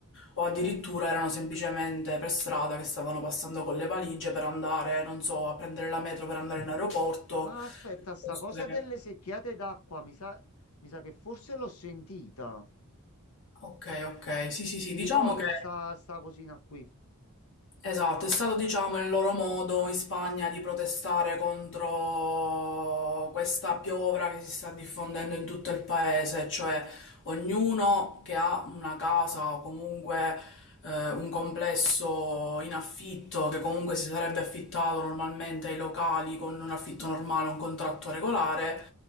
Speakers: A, on the left; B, on the left.
A: o addirittura erano semplicemente per strada che stavano passando con le valigie per andare, non so, a prendere la metro per andare in aeroporto.
B: Ah, aspetta,
A: piuttosto
B: sta cosa
A: che-
B: delle secchiate d'acqua, mi sa, mi sa che forse l'ho sentita.
A: Ok, ok, sì, sì, sì,
B: Mi
A: diciamo
B: ricordo
A: che
B: sta, sta cosina qui.
A: esatto, è stato diciamo il loro modo in Spagna di protestare contro questa piovra che si sta diffondendo in tutto il paese, cioè ognuno che ha una casa o comunque eh, un complesso in affitto che comunque si sarebbe affittato normalmente ai locali con un affitto normale, un contratto regolare,